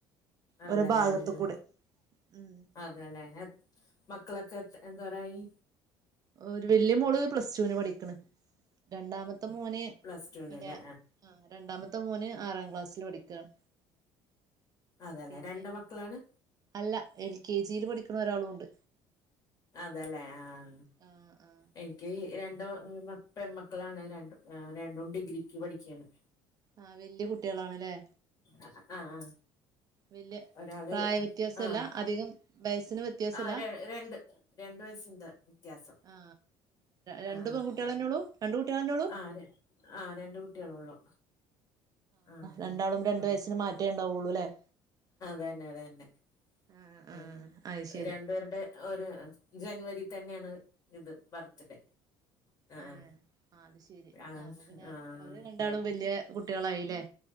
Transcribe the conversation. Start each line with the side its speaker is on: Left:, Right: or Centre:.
Right: ഓരോ
Left: അതെല്ലേ
Right: ഭാഗത്ത കൂടെ. ഉം
Left: അതല്ലേ മക്കളൊക്കെ എന്തോരായി
Right: ഒരു വല്യയ മോള് പ്ലസ് ടുവിന് പഠിക്ക്ണ് രണ്ടാമത്തെ മോന്
Left: പ്ലസ് ടുവിനല്ലേ
Right: പിന്നെ ആ രണ്ടാമത്തെ മോന് ആറാം ക്ലാസ്സിൽ പഠിക്കാണ്.
Left: അതല്ലെ
Right: പിന്നെ
Left: രണ്ട് മക്കളാണ്?
Right: അല്ല എൽ കെ ജിയിൽ പഠിക്ക്ണ ഒരാളുംണ്ട്
Left: അതേലെ ആഹ
Right: ആ ആ
Left: എനിക്കി രണ്ട് പെൺക്കളാണ് രണ്ട് രണ്ടും ഡിഗ്രിക്ക് പഠിക്കാണ്
Right: ആഹ വല്യ കുട്ടികളാണല്ലേ
Left: ആഹ് ആഹ
Right: വല്യ
Left: ഒരാള്
Right: പ്രായ വ്യത്യാസല്ല
Left: ആഹ
Right: അധികം വയസ്സിന് വ്യത്യാസല്ല
Left: ആ ര രണ്ട് രണ്ടു വയസ്സിന്റെ വ്യത്യാസം
Right: ആ രണ്ട്
Left: ആ ആ
Right: പെൺകുട്ടികളന്നോളൂ രണ്ടു കുട്ടികളെന്നോളു
Left: ആ ആ രണ്ട് കുട്ടികളെ ഉള്ളു ആ
Right: രണ്ടാളും രണ്ട്
Left: അത
Right: വയസ്സിന് മാറ്റേ ഉണ്ടാവുള്ളൂ അല്ലേ
Left: തന്നെ അത തന്നെ
Right: ആഹ് ആഹ്
Left: ഉ
Right: അത് ശരി
Left: രണ്ടു പേരുടെയും ഒരു ജനുവരി തന്നെയാണ് ഇത് ബർത്ത്ഡേ ആഹ
Right: ഏഹ് അത് ശരി
Left: ആഹ
Right: അപ്പൊ പിന്നെ
Left: ആഹ
Right: ഓല് രണ്ടാളും വല്യ കുട്ടികളായില്ലേ